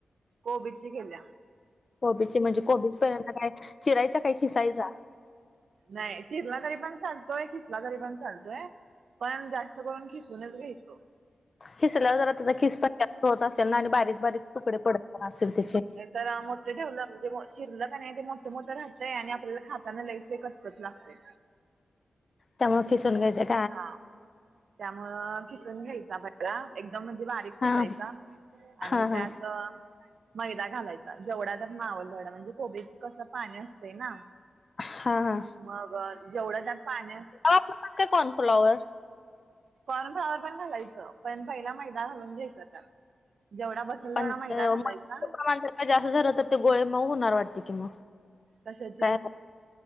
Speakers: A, on the right; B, on the left.
A: कोबीजची केल्या.
B: कोबीचे म्हणजे कोबीज पहिल्यांदा काय चिरायचा काय खिसायचा?
A: नाही चिरला तरी पण चालतोय. किसला तरी पण चालतोय. पण जास्त करून खेचूनच घ्यायचं.
B: खिसल्यावर जरा तेचा खिसपण जास्त होत असेल ना आणि बारीक बारीक तुकडे पडतपण असतील त्याचे.
A: हे तर आ मोठे ठेवलं म्हणजे चिरलं का नाही ते मोठं मोठं राहतंय आणि आपल्याला खाताना लईस ते कचकच लागतेय.
B: तवा खिसून घ्यायचा.
A: हा. त्यामुळं खिसुन घ्यायचा सगळा एकदम म्हणजे बारीक खिसायचा
B: हा हा
A: आणि
B: हा
A: त्यात मैदा घालायचा. जेवढा त्यात मावल तेवढा, म्हणजे कोबीत कसं पाणी असतंय ना.
B: हा हा
A: मग, जेवढं त्यात पाण्यात
B: अ <unintelligible> कॉर्नफ्लॉवर?
A: काॅनफ्लॉवर पण घालायचं पण, पहिला मैदा घालून घ्यायच त्या जेवढा बस <unintelligible>
B: पण मैद्याचं
A: मैदा घालायचा.
B: प्रमाण जर जास्त झालं तर ते गोळे मऊ होणार वाटते की मग.
A: कशाचे
B: काय